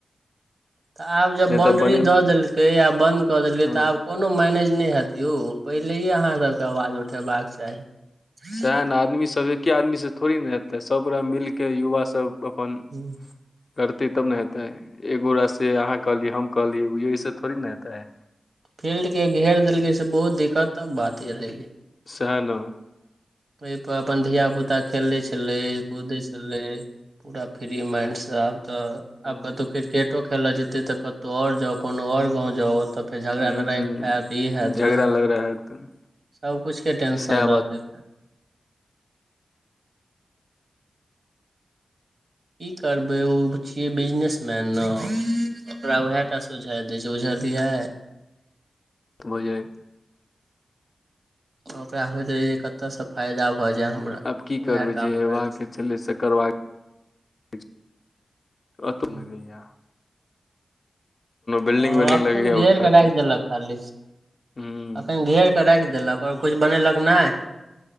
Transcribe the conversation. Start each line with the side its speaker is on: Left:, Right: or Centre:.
Right: तऽ आब जब
Left: नहि
Right: बाउंड्री
Left: तऽ बने
Right: दऽ देलकै आ बंन्द कऽ देलकै
Left: हँ
Right: तऽ आब कोनो मैनेज नहि हेत यौ पहिलेहि अहाँ सबके आवाज उठेबाक चाही
Left: सएह ने आदमी सब एक्के आदमीसँ थोड़े ने हेतै सबगोटा मिलिक युवा सब अपन
Right: हूँ
Left: करतै तब ने हेतै एगोरा से अहाँ कहलियै हम कहलियै बुझियौ एहिसँ थोड़ी न हेतै
Right: फील्डके घेर देलकै से बहुत दिक्कतक बात एलै
Left: सएह न
Right: ओयपर अपन धियापुता खेलै छलै कूदै छलै पूरा फ्री माइंडसँ आब तऽ
Left: हूँ
Right: आब कतौ क्रिकेट खेलऽ जेतै तऽ कतौ आओर जाउ कोनो आओर गाँव जाउ ओतऽ फेर झगड़ा
Left: हूँ
Right: लड़ाइ हैत ई हैयत
Left: झगड़ा
Right: उ हैत
Left: लग रहा है तऽ
Right: सबकिछुके टेंशन
Left: सएह
Right: रहतै
Left: बात
Right: की करबै ओ छियै बिजनेसमैन न ओकरा उएह टा सुझाय दै छै बुझलियै
Left: बुझै
Right: ओकरा होयइत रहे जे कतय से फायदा भऽ जाय हमरा
Left: आब की
Right: उएह
Left: करबै
Right: काम
Left: जे हेबाक
Right: करैत
Left: छलै से करबाक अतु
Right: हँ
Left: <inaudible> बिल्डिंग
Right: हँ
Left: विल्डिंग
Right: अखैन
Left: लगैया
Right: घेर
Left: उठाते
Right: कऽ राखि देलक खाली
Left: हूँ
Right: अखैन घेर राखि देलक और कुछ बनेलक नहि